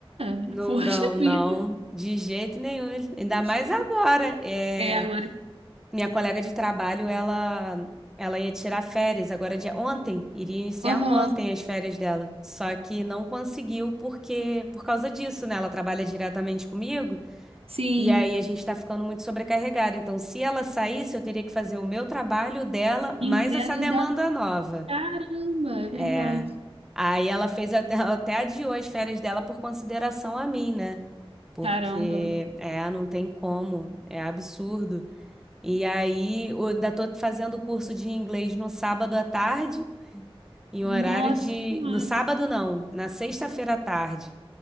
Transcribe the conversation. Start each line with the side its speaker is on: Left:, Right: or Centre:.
Right: né?
Centre: Não
Right: Poxa
Centre: dão, não,
Right: vida.
Centre: de jeito nenhum. Ainda
Right: Poxa.
Centre: mais agora. É,
Right: É, agora.
Centre: minha colega de trabalho, ela, ela ia tirar férias agora de ontem, iria iniciar
Right: Aham,
Centre: ontem as férias dela. Só que não conseguiu porque por causa disso, né? Ela trabalha diretamente comigo
Right: sim.
Centre: e aí a gente tá ficando muito sobrecarregado. Então, se ela saísse, eu teria que fazer o meu trabalho o dela, mais
Right: E o dela
Centre: essa demanda
Right: e o da.
Centre: nova.
Right: Caramba, é verdade.
Centre: É. Aí ela fez até, <laughs> ela até adiou as férias dela por consideração a mim, né? Porque
Right: Caramba.
Centre: é, não tem como, é absurdo. E aí, eu ainda estou fazendo o curso de inglês no sábado à tarde, em horário
Right: Nossa
Centre: de.
Right: Senhora.
Centre: No sábado, não, na sexta-feira à tarde,